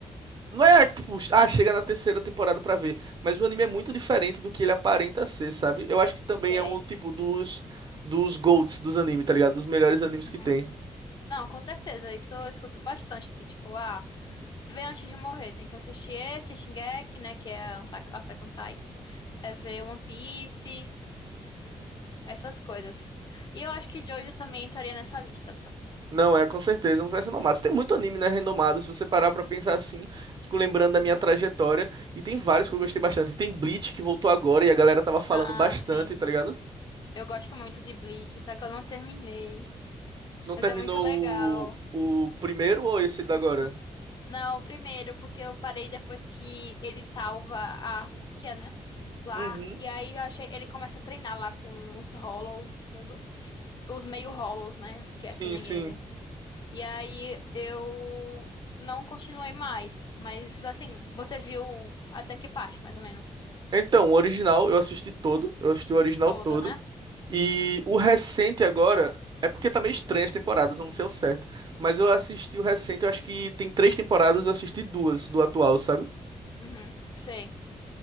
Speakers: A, on the right (about 45°); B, on the left (about 45°).
A: Não é tipo, ah, chega na terceira temporada pra ver. Mas o anime é muito diferente do que ele aparenta ser, sabe? Eu acho que também
B: sei.
A: é um tipo dos, dos GOATs dos animes, tá ligado? Dos melhores animes
B: Uhum.
A: que tem.
B: Não, com certeza. Isso eu escuto bastante, assim, tipo, ah. ver antes de morrer. Tem que assistir esse, Shingeki, né? Que é Attack Attack on Titan. É ver One Piece, essas coisas. E eu acho que Jojo também entraria nessa lista, tá?
A: Não, é com certeza, é um dos mais renomados. Tem muito anime, né, renomado. Se você parar pra pensar assim, fico lembrando da minha trajetória. E tem vários que eu gostei bastante. Tem Bleach que voltou agora e a galera tava falando
B: Ah,
A: bastante,
B: sim.
A: tá ligado?
B: Eu gosto muito de Bleach, só que eu não terminei.
A: não
B: Mas
A: terminou
B: é muito legal.
A: o, o primeiro ou esse da agora?
B: Não, primeiro, porque eu parei depois que ele salva a Rukia, né? Lá.
A: Uhum.
B: E aí eu achei. Ele começa a treinar lá com os Hollows e tudo. Os meio Hollows, né? Que
A: Sim,
B: é que nem
A: sim.
B: ele. E aí eu não continuei mais. Mas assim, você viu até que parte, mais ou menos?
A: Então, o original eu assisti todo, eu assisti o original
B: Todo,
A: todo.
B: né?
A: E o recente agora, é porque tá meio estranho as temporadas, eu não sei ao certo. Mas eu assisti o recente, eu acho que tem três temporadas, eu assisti duas do atual, sabe?
B: Uhum, sei.